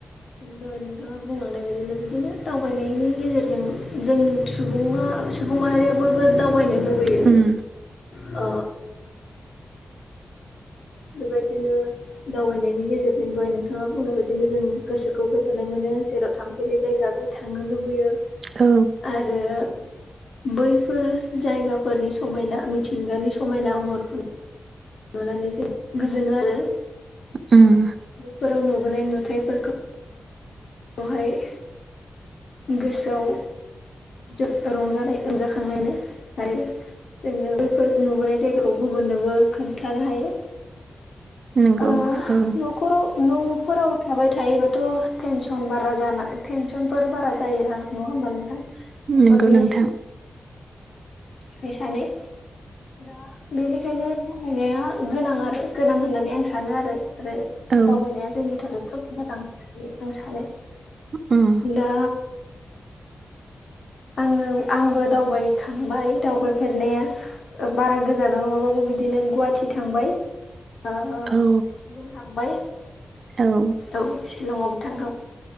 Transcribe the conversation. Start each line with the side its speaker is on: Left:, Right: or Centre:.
Left: दहाय नोंथाङा बुंलांनाय बायदिनो बिदिनो दावबायनायनि गेजेरजों जों सुबुङा सुबुं माहारिया बयबो दावबायनो लुगैयो
Right: उम
Left: अ बेबायदिनो दावबायनायनि गेजेरजों दहाय नोंथाङा बुंनाय बायदिनो जों गोसोखौ गोजोननाय मोनो जेराव थांफेरै जायगा बेयाव थांनो लुबैयो
Right: औ।
Left: आरो बैफोर जायगाफोरनि समायना, मिथिंगानि समायना महरखौ नुनानै जों गोजोनो आरो।
Right: उम।
Left: ओ बैफोराव नुबोनाय नुथायफोरखौ खौहाय। गोसोआव जोब रंजानाय रंजाखांनायानो आरो। जोङो बैफोर नुबोनाय जायगाखौ गुबुननोबो खोन्थानो हायो।
Right: नंगौ
Left: ओ
Right: औ
Left: न'खराव न'फोराव थाबाय थायोबाथ' टेनसन बारा जाना टेनसनफोर बारा जायो नङा होमबा नोंथां? न'खरनि
Right: नंगौ नोंथां
Left: फैसानि। दा बेनिखायनो खामायनाया गोनां आरो गोनां होननानै आं आं सानो आरो आरो
Right: औ
Left: दावबायनाया जोंनि थाखाय खोब मोजां होननानै आं सानो।
Right: उम।
Left: दा आङो आंबो दावबायखांबाय दावबायफेरनाया। बारा गोजानाव नङाबाबो बिदिनो गुवाहाटि थांबाय। आ
Right: औ
Left: शिलं थांबाय।
Right: औ।
Left: औ शिलङावबो थांखां <inaudible>